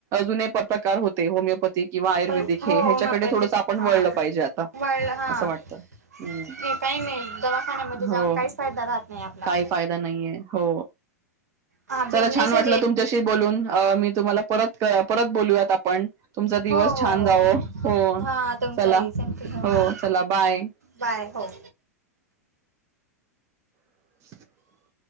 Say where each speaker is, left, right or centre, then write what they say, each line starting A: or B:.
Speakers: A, on the right; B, on the right.
A: जुने <unintelligible> कार होते होमिओपॅथी किंवा आयुर्वेदिक
B: हो
A: हे
B: होमिओपॅथिक
A: ह्याच्याकडे थोडस आपण
B: हां
A: वळलं पाहिजे आता
B: वाढलं हां
A: असं वाटतं हम्म
B: नाही काही नाही दवाखान्यामध्ये जाऊन
A: हो
B: काहीच फायदा राहत नाही आपला
A: काही फायदा नाहीेये हो
B: हा
A: चला
B: बिझनेसच
A: छान वाटलं
B: आहे
A: तुम च्याशी बोलून अ मी तुम्हाला परत परत बोलूयात आपण तुमचा दिवस
B: हो हो
A: छान
B: हो
A: जावो हो
B: हां तुमचाही
A: चला.
B: सेम टू सेम
A: हो
B: हां
A: चला बाय.
B: बाय हो.
A: <unintelligible>